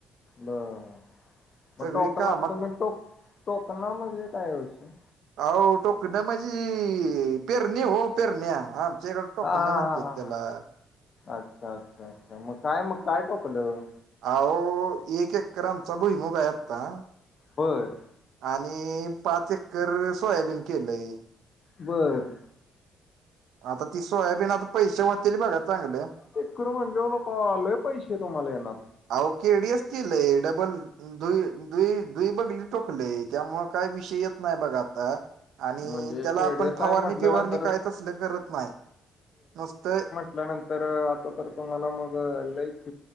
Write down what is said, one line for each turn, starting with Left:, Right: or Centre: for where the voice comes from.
Left: बर
Right: सगळी
Left: मग टोकलात.
Right: कामात
Left: तुम्ही टोक टोकणा म्हणजे काय हा विषय?
Right: आओ टोकण्या म्हणजी पेरणी हो पेरण्या. आमच्या इकडं टोकण
Left: हा हा
Right: म्हणत्यात
Left: हा हा
Right: त्याला.
Left: अच्छा अच्छा अच्छा, मग काय मग काय टोकलं?
Right: आओ एक एक्कर आमचा भुईमूग हाय आता.
Left: बरं.
Right: आणि पाच एकर सोयाबीन केलंय.
Left: बरं..
Right: आता ती सोयाबीन आता पैसे व्हतील बघा चांगलं.
Left: <unintelligible> म्हणाल्यावर लेका लय पैसे तुम्हाला येणार.
Right: अहो केडीएस केलंय. डबल द दु दुई बघली टोकलय त्यामुळे काय विषय येत नाही बघ आता आणि
Left: म्हणजे
Right: त्याला
Left: केडीएस
Right: आपण फवारणी
Left: आहे म्हटल्यानंतर
Right: फिवारणी काय तसले करत नाही नुसतं
Left: आपल्यानंतर आता तर तुम्हाला मग एल आई